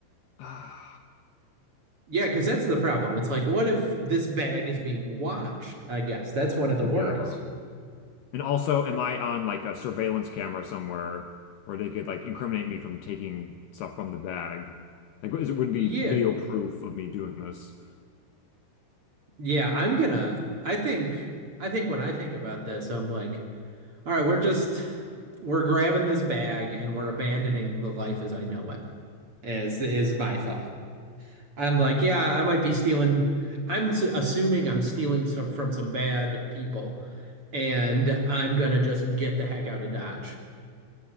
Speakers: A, on the left (about 70°); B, on the right (about 30°).
A: <sighs>
B: Yeah, because that's the problem. It's like, what if this bag is being watched? I guess that's one of the worries.
A: yeah. And also, am I on like a surveillance camera somewhere where they could like incriminate me from taking stuff from the bag? Like, is it would
B: Yeah.
A: be video proof of me doing this?
B: Yeah, I'm gonna I think I think when I think about this, I'm like, all right, we're just we're grabbing this bag and we're abandoning the life as I know it, is is my thought. I'm like, yeah, I might be stealing. I'm s- assuming I'm stealing some from some bad people, and I'm gonna just get the heck out of Dodge.